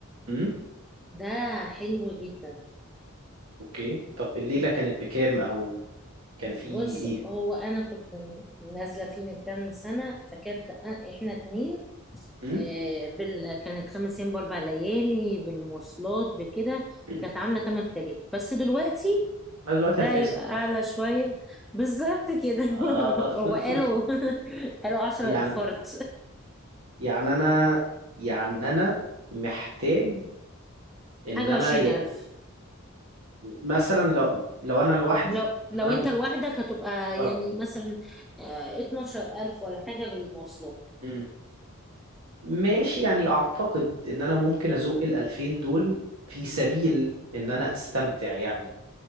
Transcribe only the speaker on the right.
امم
اوكي طب الليله كانت بكام او كان في
ايه
امم
إمم.
أنا دلوقتي
هتلاقيه
16
آه.
<laughs>
يعني
يعني انا يعني انا محتاج ان
انا
ي...
مثلا لو لو انا لوحدي
فانا
م-
اه
مم. ماشي يعني اعتقد ان انا ممكن ازق ال 2000 دول في سبيل ان انا استمتع يعني